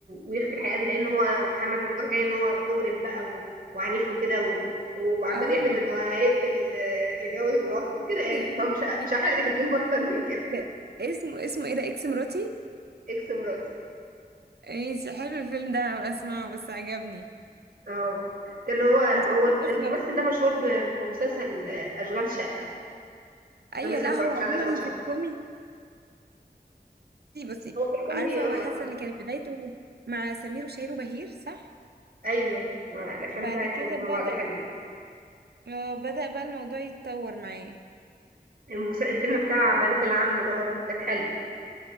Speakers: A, on the right; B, on the right.
A: ويخفي الحقيقه دي لان هو محمد ممدوح جاي ان هو مجرم بقى و... وعنيف وكده و... وعمال
B: اه
A: يحلف ان هو هيقتل آه، اللي جوز مراته كده يعني
B: <laughs>
A: هو مش ه- مش هحرق لك الفيلم اكتر من كده
B: ده اسمه اسمه ايه ده اكس مراتي
A: اكس مراتي
B: ماشي حلو الفيلم ده هبقى اسمعه بس عجبني
A: اه كان هو
B: انت
A: هو
B: ليه
A: الممثل
B: اصلا
A: ده مشهور ب- بمسلسل اشغال شقه
B: اي
A: انا لسه
B: لا
A: ما اتفرجتش
B: هو عموما
A: على اشغال شقه
B: في الكوميدي بصي
A: هو في الكوميدي
B: عارفه
A: اه
B: هو
A: معروف
B: حاسه ان كانت بدايته مع سمير وشهير وبهير صح
A: ايوه ما الافلام
B: بعد
A: بتاعتهم
B: كده بدأ
A: مع بعض حلو
B: اه بدأ بقى الموضوع يتطور معاه
A: المس... الفيلم بتاع بنات العم ده برضه كان حلو <laughs>